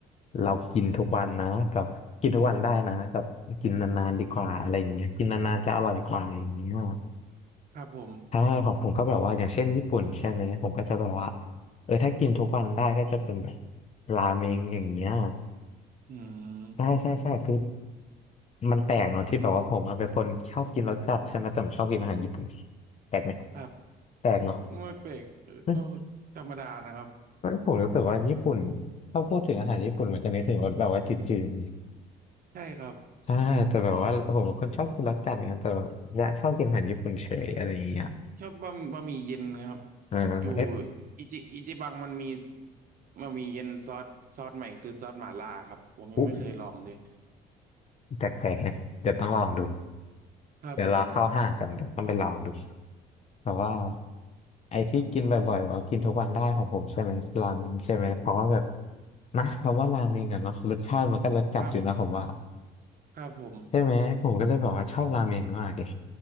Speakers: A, on the left; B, on the right.
A: เรากินทุกวันนะกับกินทุกวันได้นะกับกินนานๆดีกว่าอะไรอย่างเงี้ยกินนานๆจะอร่อยกว่าอย่างเงี้ย
B: ครับผม
A: ใช่ของผมก็แบบว่าอย่างเช่นญี่ปุ่นใช่ไหมผมก็จะแบบว่าเออถ้ากินทุกวันได้ก็จะเป็นแบบราเมงอย่างเงี้ย
B: อืม
A: ใช่ใช่ใช่คือมันแปลกเนาะที่แบบว่าผมอะเป็นคนชอบกินรสจัดใช่ไหมแต่ผมชอบกินอาหารญี่ปุ่นแปลกไหม
B: ครับ
A: แปลกเนาะ
B: ไม่เปลกเออก็
A: อืม
B: ธรรมดานะครับ
A: ผมรู้สึกว่าญี่ปุ่นถ้าพูดถึงอาหารญี่ปุ่นมันจะนึกถึงรสแบบว่าจืด
B: ใช่ครับ
A: ๆใช่แต่แบบว่าผมเป็นคนชอบกินรสจัดเนี่ยแต่แบบอยากชอบกินอาหารญี่ปุ่นเฉยอะไรอย่างเงี้ย
B: ชอบบะบะหมี่เย็นครับ
A: อ่าเอ๊ะ
B: อยู่อิจิอิจิบังมันมีบะหมี่เย็นซอสซอสใหม่คือซอสหม่าล่าครับผมยังไม่เคยลองเลย
A: อุ๊แปลกๆนะเดี๋ยวต้องลองดู
B: ครับผม
A: เดี๋ยวเราเข้าห้างกันเดี๋ยวต้องไปลองดู แต่ว่าไอ้ที่กินบ่อยๆว่ากินทุกวันได้ของผมใช่ไหมราเมงใช่ไหมเพราะว่าแบบนะคำว่าราเมงอะเนาะรสชาติมันก็รสจัดอยู่นะผมว่า
B: ครับครับผม
A: ใช่ไหมผมก็เลยแบบว่าชอบราเมงมากเลย